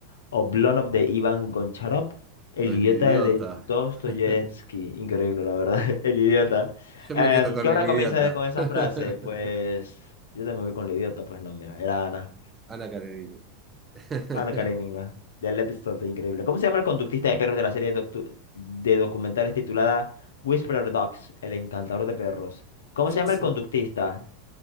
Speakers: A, on the left; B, on the right.
A: Oblonov de Iván Goncharov, El
B: o el
A: idiota
B: idiota.
A: de Dostoyevsky,
B: <laughs>
A: increíble la verdad, <laughs> El idiota.
B: Yo
A: Em,
B: me quedo con
A: ¿qué hora
B: el
A: comienza
B: idiota.
A: con esa
B: <laughs>
A: frase? Pues yo también voy con El idiota, pues no, mira, era Ana,
B: Ana Karenina. <laughs>
A: Ana Karenina, de Lev Tolstoy, increíble. ¿Cómo se llama el conductista de perros de la serie doctu- de documentales titulada Whisperer Dogs, el encantador de perros? ¿Cómo se llama
B: César,
A: el conductista?